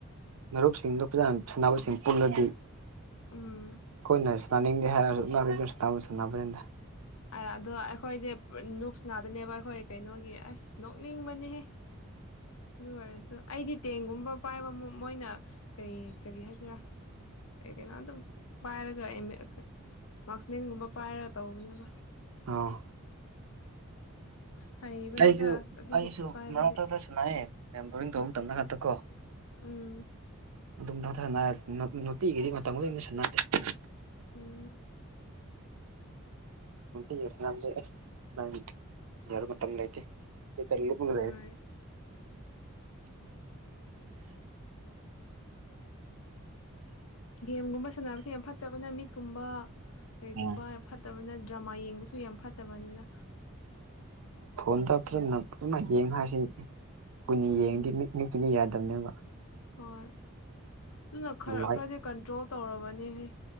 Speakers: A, on the right (about 80°); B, on the left (about 70°).
A: ꯃꯔꯨꯞꯁꯤꯡꯗꯣ ꯐꯖꯥ ꯁꯥꯟꯅꯕꯁꯤꯡ ꯄꯨꯜꯂꯗꯤ
B: ꯎꯝ
A: ꯑꯩꯈꯣꯏꯅ ꯇꯅꯥꯅꯤꯡꯗꯦ ꯍꯥꯏꯔꯒꯁꯨ ꯇ ꯁꯅꯕꯅꯤꯗ
B: ꯑꯗꯣ ꯑꯩꯈꯣꯏꯗꯤ ꯅꯨꯨꯞꯁ ꯉꯥꯛꯇꯥꯅꯦꯕ ꯑꯩꯈꯣꯏ ꯀꯩꯅꯣꯒꯤ ꯑꯁ ꯅꯣꯛꯅꯤꯡꯕꯅꯤꯍꯦ ꯑꯗꯨ ꯑꯣꯏꯔꯁꯨ ꯑꯩꯗꯤ ꯇꯦꯡꯒꯨꯝꯕ ꯄꯥꯏꯕ ꯑꯃꯨ ꯃꯣꯏꯅ ꯀꯔꯤ ꯀꯔꯤ ꯍꯥꯏꯁꯤꯔꯥ ꯑꯦ ꯀꯩꯅꯣꯗ ꯄꯥꯏꯔꯒ ꯑꯦꯝ ꯑꯦ ꯃꯥꯔꯛꯁꯃꯦꯟꯒꯨꯝꯕ ꯄꯥꯏꯔꯒ ꯇꯧꯕꯅꯦꯕ
A: ꯑ
B: ꯍꯩꯕꯅꯤꯗ
A: ꯑꯩꯁꯨ
B: ꯑꯗꯨꯒꯨꯝꯕ
A: ꯑꯩꯁꯨ
B: ꯄꯥꯏꯕꯗꯤ
A: ꯃꯔꯛꯊꯛꯇꯁꯨ ꯏꯑꯦ ꯕꯣꯔꯤꯡ ꯇꯧꯕ ꯃꯇꯝꯗ ꯉꯛꯇ ꯀꯣ
B: ꯎꯝ
A: ꯤꯒꯤꯦ
B: ꯎꯝ
A: ꯎ ꯔ ꯃ ꯃꯇꯝ ꯂꯩ ꯏ ꯂꯩꯗꯤ ꯎ
B: ꯍꯣꯏ ꯒꯦꯝꯒꯨꯝꯕ ꯁꯥꯟꯅꯕꯁꯦ ꯌꯥꯝ ꯐꯠꯇꯕꯅꯦ ꯃꯤꯠꯀꯨꯝꯕ ꯀꯩꯒꯨꯝꯕ
A: ꯎꯝ
B: ꯐꯠ ꯐꯠꯇꯕꯅ ꯗ꯭ꯔꯃꯥ ꯌꯦꯡꯕꯁꯨ ꯌꯥꯝ ꯐꯠꯇꯕꯅꯤꯅ
A: ꯐꯣꯟꯗ ꯐꯖ ꯅ ꯄꯨꯅ ꯌꯦꯡꯉꯁꯤ ꯀꯨꯏꯅꯤ
B: ꯎꯝ
A: ꯌꯦꯡꯗꯦ ꯃꯤꯠ ꯅꯨꯄꯤꯤꯅꯤ ꯌꯥꯗꯕꯅꯦꯕ
B: ꯍꯣꯏ ꯑꯗꯨꯅ ꯈꯔ
A: ꯂꯥꯏꯠ
B: ꯈꯔꯗꯤ ꯀꯟꯇ꯭ꯔꯣꯜ ꯇꯧꯔꯕꯅꯤ ꯍꯦ